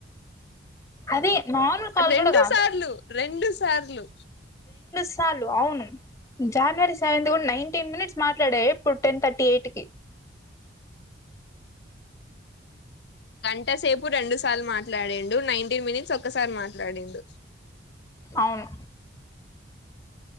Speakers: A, on the left; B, on the left.
A: అదే నార్మల్ కాల్
B: రెండు
A: కూడా కాదు
B: సార్లు రెండు సార్లు
A: చాలు అవును, జనవరి సెవెంత్ కూడా నైన్టీన్ మినిట్స్ మాట్లాడ ఇప్పుడు టెన్ థర్టీ ఎయిట్ కి
B: గంటసేపు రెండు సార్లు మాట్లాడే డు నైన్టీన్ మినిట్స్ ఒక్కసారి మాట్లాడిండు.
A: అవును